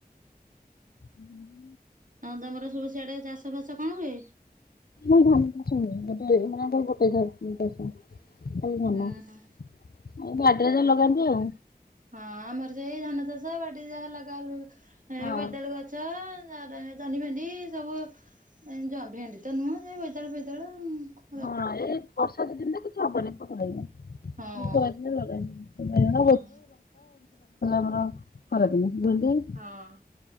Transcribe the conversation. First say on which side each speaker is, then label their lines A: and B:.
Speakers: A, on the left; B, on the right.
A: ହୁଁ।
B: ଆଉ ତମର ସବୁ ସିଆଡେ ଚାଷ ଫାସ କଣ ହୁଏ?
A: ଆମର ଧାନ ଚାଷ ହୁଏ ଆମର ଗୋଟିଏ ଚାଷ। ଖାଲି ଧାନ
B: ଉଁ
A: ଆଉ
B: ହୁଁ।
A: ବାଡ଼ିରେ ଯାହା ଲଗାନ୍ତି ଆଉ।
B: ହଁ ଆମର ସେ ଏଇ ଧାନ ଚାଷ ବାଡି ଯାହା ଲଗା ହୁଏ
A: ହଁ
B: ବୋଇତି ଆଳୁ ଗ ଛ ଜହ୍ନି ଭେଣ୍ଡି ସବୁ- - ଏ ଜ ଭେଣ୍ଡି ତ ନୁହଁ ଯୋଇ ବୈଦାଳୁ ଫେଦାଳୁ- -
A: ହଁ ଏଇ ବର୍ଷାଦ ଦିନ ତ କିଛି ହବନି <unintelligible> <unintelligible> କାହା ଏମିତି
B: ହଁ
A: ଲାଗୁଥିଲା
B: ହଁ
A: ଆମର ଖରାଦିନି ଭେଣ୍ଡି।
B: ହଁ